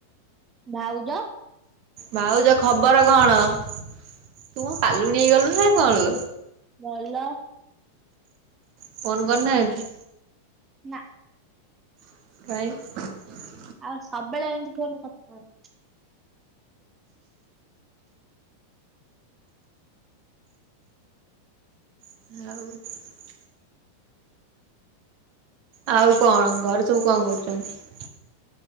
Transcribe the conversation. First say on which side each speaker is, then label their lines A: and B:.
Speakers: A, on the right; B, on the right.
A: ଭାଉଜ
B: ଭାଉଜ ଖବର କଣ ତୁ କଣ କାଲୁଣୀ ହେଇ ଗଲୁଣି ନା କଣ?
A: ଭଲ।
B: ଫୋନ୍ କରି ନାହାନ୍ତି।
A: ନା।
B: କାଇଁ।
A: ଆଉ ସବୁବେଳେ ଏମିତି ଫୋନ ରେ କଥା ହଉ
B: ଆଉ‌। ଆଉ କଣ ଘରେ ସବୁ କଣ କରୁଚନ୍ତି।